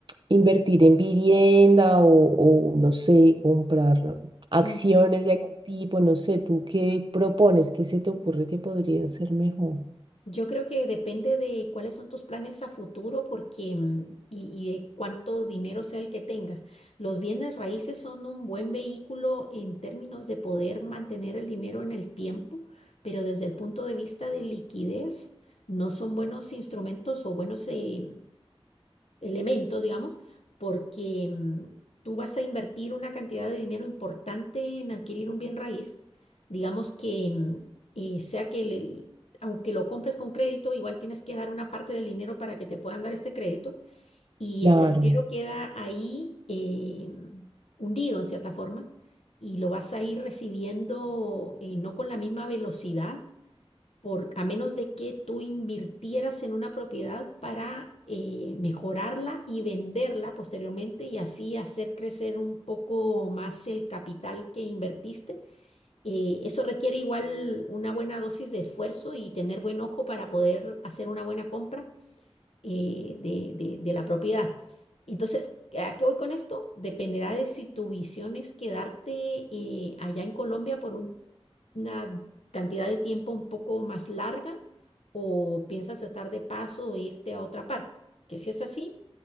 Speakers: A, on the right; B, on the left.
A: invertir en vivienda o, o no sé, comprar acciones
B: mm.
A: de algún tipo, no sé, ¿tú qué propones? ¿Qué se te ocurre que podría ser mejor?
B: Yo creo que depende de cuáles son tus planes a futuro porque, mm, y, y de cuánto dinero sea el que tengas. Los bienes raíces son un buen vehículo en términos de poder mantener el dinero en el tiempo, pero desde el punto de vista de liquidez, no son buenos instrumentos o buenos eh, elementos, digamos, porque mm, tú vas a invertir una cantidad de dinero importante en adquirir un bien raíz, digamos que mm, eh, sea que el- el- aunque lo compres con crédito, igual tienes que dar una parte del dinero para que te puedan dar este crédito y
A: Claro.
B: ese dinero queda ahí eh, hundido en cierta forma y lo vas a ir recibiendo eh, no con la misma velocidad por, a menos de que tú invirtieras en una propiedad para eh, mejorarla y venderla posteriormente y así hacer crecer un poco más el capital que invertiste. Eh, eso requiere igual una buena dosis de esfuerzo y tener buen ojo para poder hacer una buena compra eh, de, de- de la propiedad. Entonces, ¿a qué voy con esto? Dependerá de si tu visión es quedarte eh, allá en Colombia por un una cantidad de tiempo un poco más larga o piensas estar de paso o irte a otra parte? Que si es así,